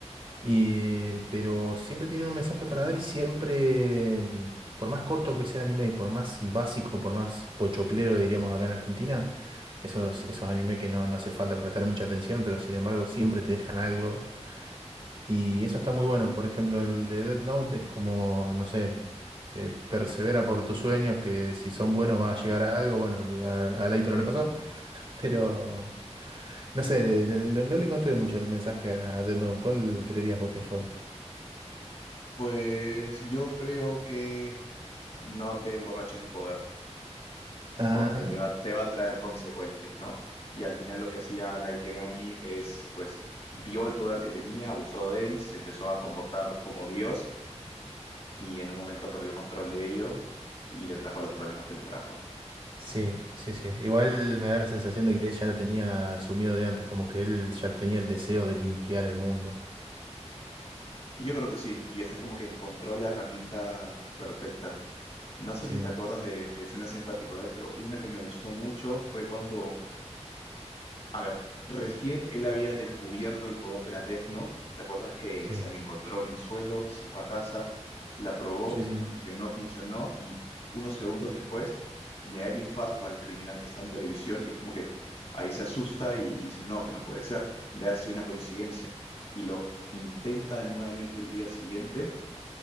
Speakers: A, on the right; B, on the left.
A: eh, pero siempre tienen un mensaje para dar y siempre, mm, por más corto que sea el anime y por más básico, por más pochoclero, diríamos acá en Argentina, esos, esos anime que no, no hace falta prestar mucha atención, pero sin embargo siempre te dejan algo. Y eso está muy bueno. Por ejemplo, el de Death Note es como, no sé, te persevera por tus sueños, que si son buenos va a llegar a algo. Bueno, a, a Leito no le pasó, <laughs> pero no sé, de- de- no, no le encontré mucho el mensaje a Death Note. ¿Cuál creerías vos que fue?
B: Pues yo creo que no te emborraches de poder,
A: Ajá.
B: porque te va, te va a traer consecuencias, ¿no? Y al final lo que hacía Light Yagami es, pues, vio el poder que tenía, abusó de él, se empezó a comportar como Dios y en un momento perdió control de ello y le trajo los problemas que le trajo.
A: Sí, sí, sí. Igual me da la sensación de que él ya lo tenía asumido de antes, como que él ya tenía el deseo de limpiar el mundo.
B: Yo creo que sí, y esta es como que encontró la herramienta perfecta. No sé
A: Sí,
B: si te acuerdas de, de escenas en particulares, pero una que me gustó mucho fue cuando A ver, recién él había descubierto el poder de la Death Note. ¿Te acuerdas que
A: sí,
B: se la encontró en el suelo, se fue a casa, la probó
A: sí,
B: y
A: sí,
B: es como que no funcionó y unos segundos después le da el infarto al criminal que está en la televisión y es como que ahí se asusta y dice, no, que no puede ser, darse una coincidencia. Y lo intenta nuevamente el día siguiente